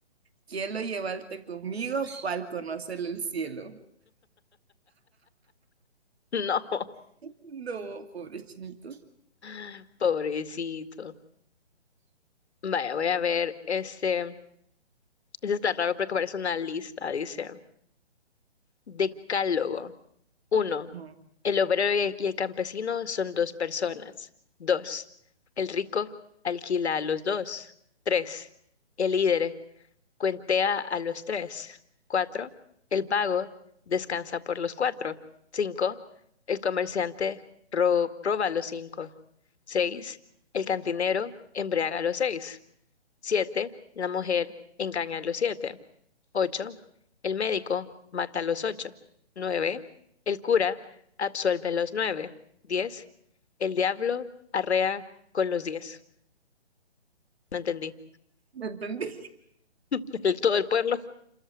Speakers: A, on the right (about 65°); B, on the left (about 70°).
A: Quiero llevarte conmigo para conocer el cielo.
B: No,
A: No, pobre chinito.
B: <laughs> pobrecito. Vaya, voy a ver. Este, este está raro porque parece una lista. Dice, Decálogo. Uno,
A: Ujú.
B: el obrero y el, y el campesino son dos personas. Dos, el rico alquila a los dos. Tres, el líder Cuentea a los tres. Cuatro, el vago descansa por los cuatro. Cinco, el comerciante ro- roba a los cinco. Seis, el cantinero embriaga a los seis. Siete, la mujer engaña a los siete. Ocho, el médico mata a los ocho. Nueve, el cura absuelve a los nueve. Diez, el diablo arrea con los diez. No entendí.
A: ¿Me entendí?
B: <laughs> El, todo el pueblo.